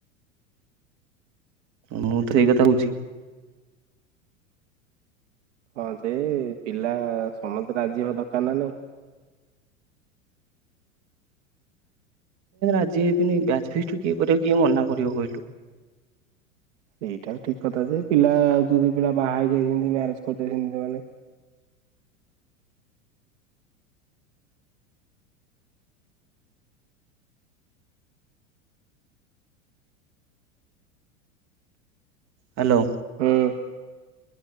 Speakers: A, on the right (about 45°); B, on the right (about 60°).
A: ମୁଁ ତ ସେଇ କଥା କହୁଛି।
B: ହଁ ଯେ ପିଲା ସମସ୍ତେ ରାଜି ହବା ଦରକାର ନା ନାଇଁ।
A: ଆଜି ହେଇ ବାଚ୍ୟ ଫିଷ୍ଟ କିଏ କରିବ କିଏ ମନା କରିବ କହିଲୁ।
B: ସେଇଟା ଠିକ କଥା ଯେ ପିଲା ଆଉ ଦୁଇ ଦିଇ ପିଲା ବାହା ହେଇଯାଇଛନ୍ତି ମ୍ୟାରେଜ କରିଦେଇଛନ୍ତି ସେମାନେ।
A: ହ୍ୟାଲୋ।
B: ହୁଁ।